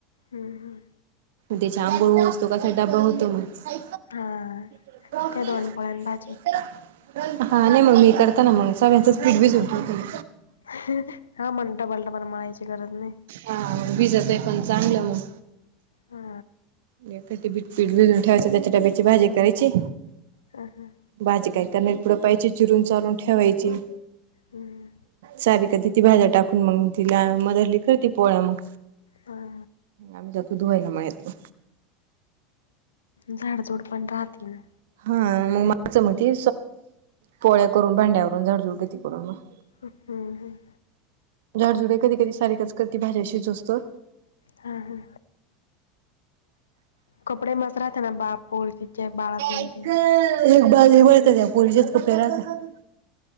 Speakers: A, on the left; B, on the right.
A: ह- ह.
B: त्याची आंघोळ <inaudible> होस तरी त्याचा डबा होतो मग ल
A: हा
B: <unintelligible> ट्रॉफी
A: काय दोन पोळ्या आणि भाजी
B: <inaudible> हा नाही मग मी करताना मग सगळ्यांच पीठ भिजवून ठेवते
A: <inaudible> हा म्हणता डबल -डबल मायची गरज नाही.
B: हा विजात आहे पण चांगलं मग
A: हा
B: ब पीठ भिजून ठेवायच त्याची टाप्याची भाजी करायची
A: ह हां
B: भाजी काय त्यानार पुडपायची चिरून चालून ठेवायची
A: हम्म.
B: सारी का ती ती भाज्या टाकून मग तिला मदरली ख ती पोळ्या मग
A: ह
B: आम्ही जातू दुवायला माहेतो
A: झाडजोड पण राहते ना
B: हा मग माग मग ती पोळ्या करून भांड्यावरून झाडझुडगती करून मग
A: हम् हम
B: झाडझुडे कधी कधी सारीखच करती भाज्याशीचोस्तो
A: हा हा कपडे मस्त राहते ना बा पोरतीचे बाळात येन
B: एक
A: ते
B: एक बाज बत त्या पोलीच्याच कपडे्या राहते